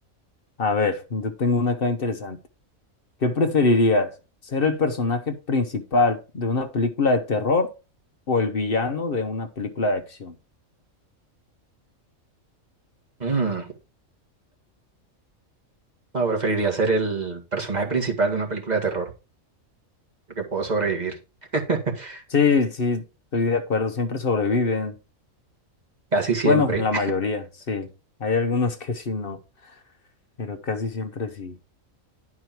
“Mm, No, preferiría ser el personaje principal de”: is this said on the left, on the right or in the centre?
Right